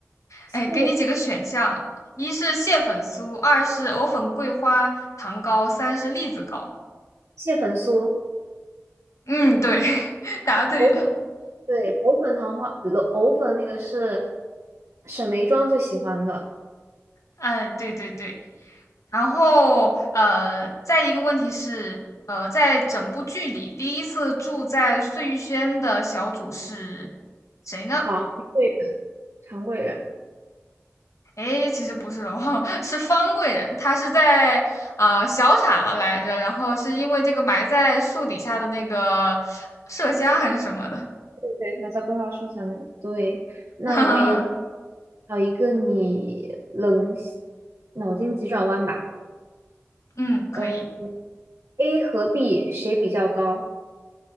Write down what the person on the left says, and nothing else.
哎，给你几个选项，一是蟹粉酥，二是藕粉桂花糖糕，三是栗子糕。
嗯，对，<laughs> 答对了。
哎，对对对，然后呃，再一个问题是，呃，在整部剧里，第一次住在碎玉轩的小主是谁呢？
哎，其实不是哦，<laughs> 是方贵人，她是在啊、小产了来着，然后是因为这个埋在树底下的那个麝香还是什么的，
<laughs>
嗯，
可以